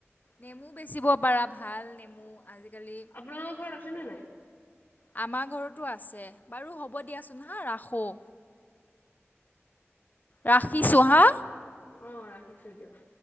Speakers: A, on the left; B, on the left.
A: নেমু বেচিব পাৰা ভাল নেমু আজিকালি।
B: আপোনালোকৰ ঘৰত আছেনে নাই?
A: আমাৰ ঘৰতো আছে বাৰু হ'ব দিয়াচোন হা ৰাখোঁ। ৰাখিছোঁ হা।
B: অ ৰাখিছোঁ দিয়ক।